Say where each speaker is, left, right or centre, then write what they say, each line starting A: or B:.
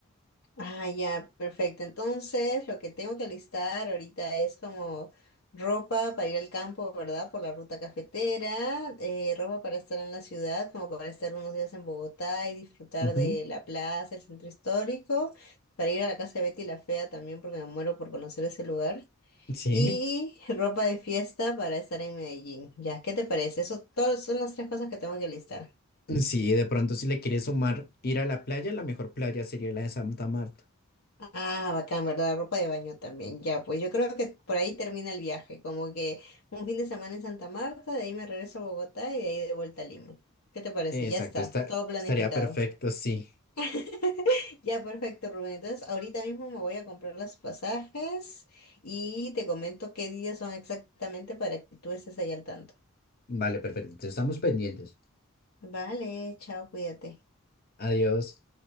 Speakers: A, on the left; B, on the left.
A: Ah, ya, perfecto. Entonces, lo que tengo que listar ahorita es como ropa para ir al campo, ¿verdad? Por la ruta cafetera, eh, ropa para estar en la ciudad, como para estar unos días en Bogotá y disfrutar
B: Ujú.
A: de la plaza, el centro histórico, para ir a la casa de Betty la Fea también, porque me muero por conocer ese lugar.
B: Sí,
A: Y <laughs> ropa de fiesta para estar en Medellín. Ya, ¿qué te parece? Eso todos son las tres cosas que tengo que listar.
B: sí, de pronto si le quieres sumar ir a la playa, la mejor playa sería la de Santa Marta.
A: Ah, bacán, ¿verdad? Ropa de baño también. Ya, pues yo creo que por ahí termina el viaje, como que un fin de semana en Santa Marta, de ahí me regreso a Bogotá y de ahí de vuelta a Lima. ¿Qué te parece?
B: Exacto,
A: Ya está,
B: está,
A: todo planificado.
B: estaría perfecto, sí.
A: <laughs> Ya, perfecto, Rubén. Entonces, ahorita mismo me voy a comprar los pasajes y te comento qué días son exactamente para que tú estés ahí al tanto.
B: Vale, perfecto. Entonces estamos pendientes.
A: Vale, chao, cuídate.
B: Adiós.